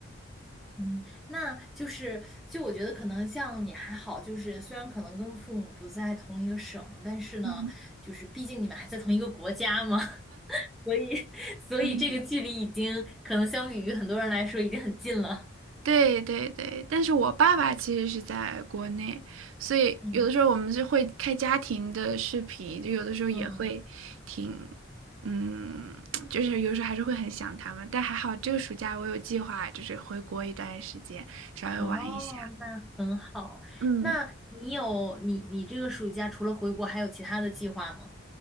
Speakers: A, in the centre; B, on the right (about 75°).
A: 嗯，那就是，就我觉得可能像你还好，就是虽然可能跟父母不在同一个省，但是呢，
B: 嗯
A: 就是毕竟你们还在同一个国家嘛，<laughs> 所以所以这个距离已经可能相比于很多人来说已经很近了。
B: 嗯对对对，但是我爸爸其实是在国内，所以有的时候我们就会开家庭的视频，
A: 嗯，
B: 就有的时候也会挺，
A: 嗯，
B: 嗯，就是有时候还是会很想他们。但还好这个暑假我有计划，就是回国一段时间，稍微玩一下。
A: 哦，那很好。
B: 嗯，
A: 那你有你你这个暑假除了回国，还有其他的计划吗？